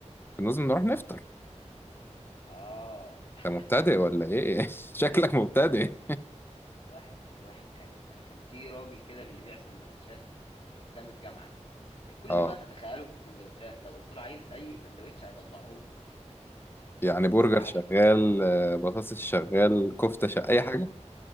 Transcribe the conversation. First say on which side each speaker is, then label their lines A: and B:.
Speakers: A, on the left; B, on the left.
A: كنا لازم نروح نفطر
B: اه اه
A: أنت مبتدئ
B: <laughs>
A: ولا إيه؟ <laughs>
B: انت
A: شكلك
B: لا ده
A: مبتدئ
B: انت فكرتني ده الواحد ده الواحد كان كان كان في راجل كده بيبيع سندوتشات قدام الجامعة كان كل
A: اه
B: ما تتخيله من سندوتشات لو قلت له عايز أي سندوتش هيطلعه لك
A: يعني برجر
B: وعليه
A: شغال
B: كده
A: آه، بطاطس شغال كفتة شغال أي
B: كله
A: حاجة